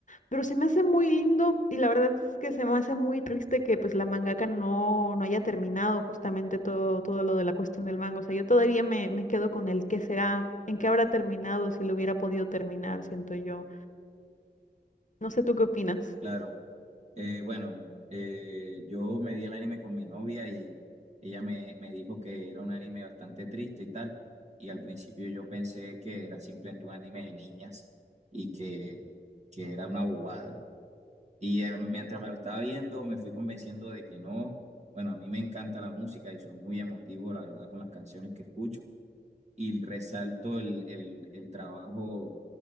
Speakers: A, on the left; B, on the right.
A: Pero se me hace muy lindo y la verdad es que se me hace muy triste que pues la mangaka no, no haya terminado justamente todo, todo lo de la cuestión del manga. O sea, yo todavía me, me quedo con el qué será, en qué habrá terminado, si lo hubiera podido terminar, siento yo. No sé, ¿tú qué opinas?
B: Claro. Eh, bueno, eh, yo me vi el anime con mi novia y ella me, me dijo que era un anime bastante triste y tal. Y al principio yo pensé que era simplemente un anime de niñas y que, que era una bobada. Y eh, mientras me lo estaba viendo, me fui convenciendo de que no. Bueno, a mí me encanta la música y soy muy emotivo, la verdad, con las canciones que escucho y resalto el, el- el trabajo